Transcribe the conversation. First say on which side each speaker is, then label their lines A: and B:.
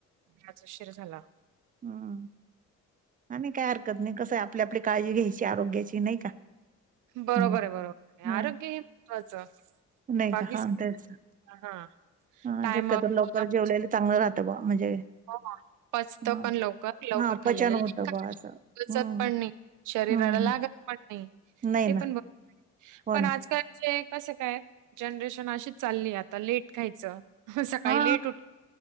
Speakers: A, on the right; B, on the right.
A: राज शर झाला.
B: हम आणि नाही काय हरकत नाही कसं आपली आपली काळजी घ्यायची आरोग्याची नाही का,
A: बरोबर
B: हं
A: आहे बरोबर आहे
B: हां
A: आरोग्य हे महत्त्वाचं,
B: नाही
A: बाकी
B: का हा
A: सगळं
B: तेच
A: हां.
B: हा
A: टायमावर
B: हेत लवकर
A: खाल्लं
B: जेवलेल,
A: म्हणजे
B: चांगलं राहतं बा म्हणजे,
A: हो पचत
B: हां
A: पण लवकर लवकर
B: हा पचन
A: खाल्लेलं,
B: होतं बा असं
A: पचत
B: हम्म
A: पण नाही शरीराला
B: हम्म
A: लागत पण नाही.
B: नाही
A: ते
B: ना
A: पण बरोबर आहे.
B: हो
A: पण
B: ना
A: आजकाल, म्हणे कसं काय जनरेशन अशीच चालली आता लेट खायचं सकाळी
B: हा
A: लेट उठ,